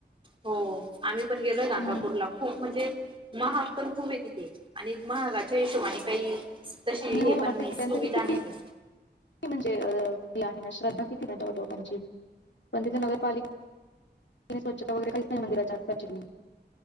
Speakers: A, on the right; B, on the left.
A: हो, आम्ही पण गेलोय, गाणगापूरला.
B: हं.
A: खूप म्हणजे, महाग पण खूपय तिथे आणि महागाच्या हिशोबाने कायी स् तशी
B: हो
A: हे
B: ना,
A: पण
B: मग
A: नाही.
B: तेच त्यांचं
A: सुविधा
B: किती
A: नाहीये.
B: म्हणजे अ ही आहे ना. श्रद्धा कितीत लोकांची. पण तिथं नगरपालि ची स्वच्छता वगैरे, काहीच नाही. मंदिराच्या आत. ऍक्च्युली.